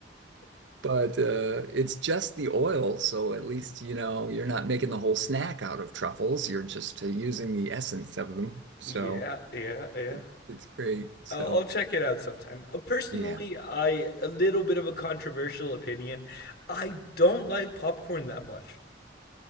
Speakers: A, on the right; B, on the left.
A: but uh, it's just the oil, so at least, you know, you're not making the whole snack out of truffles. You're just uh, using the essence of them. So
B: Yeah, yeah, yeah.
A: it, it's great. So,
B: I'll, I'll check it out sometime. Uh, personally,
A: yeah.
B: I a little bit of a controversial opinion. I don't like popcorn that much.